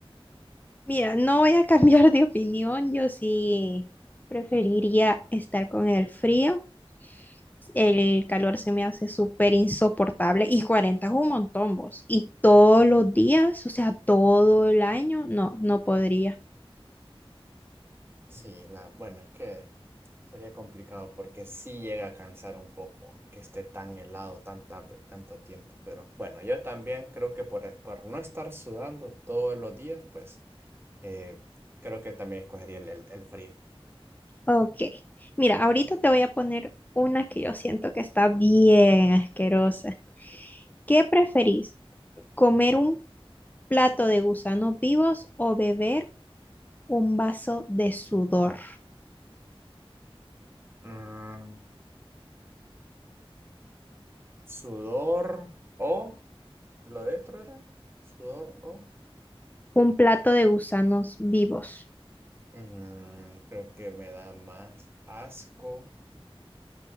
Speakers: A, on the left; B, on the right.
A: Mira, no voy a <laughs> cambiar de opinión. Yo sí preferiría estar con el frío. El calor se me hace súper insoportable y 40 es un montón, vos. Y todos los días, o sea, todo el año, no, no podría.
B: Sí, la, bueno, es que sería complicado porque sí llega a cansar un poco que esté tan helado tanta, ve- tanto tiempo, pero bueno, yo también creo que por, e- por no estar sudando todos los días, pues eh, creo que también escogería el, el- el frío.
A: Ok, mira, ahorita te voy a poner una que yo siento que está bien asquerosa. ¿Qué preferís? ¿Comer un plato de gusanos vivos o beber un vaso de sudor.
B: Mm, sudor o, lo de otro era, sudor o,
A: Un plato de gusanos vivos.
B: Mm, creo que me da más asco.